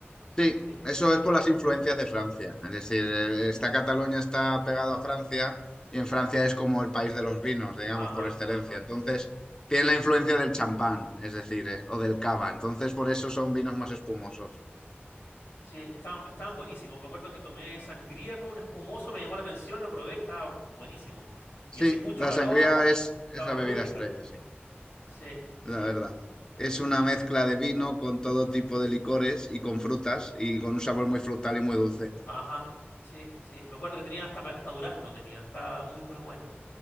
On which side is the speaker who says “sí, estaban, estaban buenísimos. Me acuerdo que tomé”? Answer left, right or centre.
Left